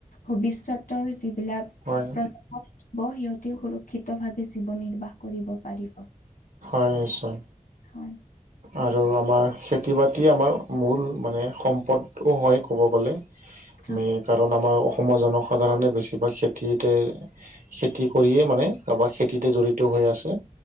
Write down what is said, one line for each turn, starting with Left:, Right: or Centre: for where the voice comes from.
Left: ভৱিষ্যতৰ যিবিলাক
Right: হয়
Left: পজা থাকিব সিহঁতেও সুৰক্ষিত ভাৱে জীৱন-নিৰ্বাহ কৰিব পাৰিব
Right: হয় নিশ্চয়।
Left: হয়
Right: আৰু আমাৰ খেতি-বাতি আমাৰ মূল মানে সম্পদও হয় ক'ব গ'লে
Left: <inaudible>
Right: মে সেইকাৰনে আমাৰ অসমৰ জনসাধাৰণে বেছিভাগ খেতিতে খেতি কৰিয়ে মানে কাবাৰ খেতিতে জড়িত হৈ আছে।